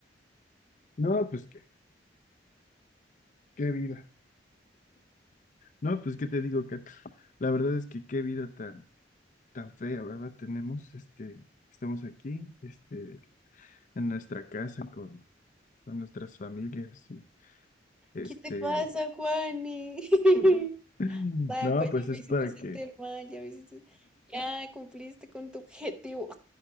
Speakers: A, on the left; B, in the centre.
A: No, pues qué, qué vida. No, pues qué te digo, Kat. La verdad es que qué vida tan, tan fea, ¿verdad? Tenemos, este, estamos aquí, este, en nuestra casa con, con nuestras familias y, este,
B: ¿Qué te pasa, Juani? <laughs>
A: <clears throat> <laughs>
B: Vaya,
A: no,
B: pues
A: pues
B: ya
A: es
B: me hiciste
A: para
B: sentir
A: que,
B: mal, ya me hiciste... Ya cumpliste con tu objetivo.